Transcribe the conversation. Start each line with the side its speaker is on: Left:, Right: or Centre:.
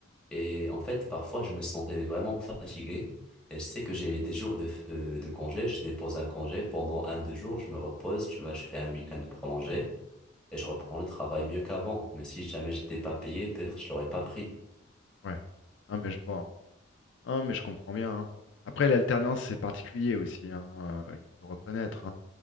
Centre: Et en fait, parfois, je me sentais vraiment fatigué. Et je sais que j'ai des jours de, f- euh, de congé. Je dépose un congé pendant un, deux jours. Je me repose. Tu vois, je fais un week-end prolongé et je reprends le travail mieux qu'avant. Mais si jamais j'étais pas payé, peut-être je l'aurais pas pris.
Left: Ouais. Non, mais je vois. hein. Non, mais je comprends bien. hein. Après, l'alternance, c'est particulier aussi. hein, euh, il faut le reconnaître. hein.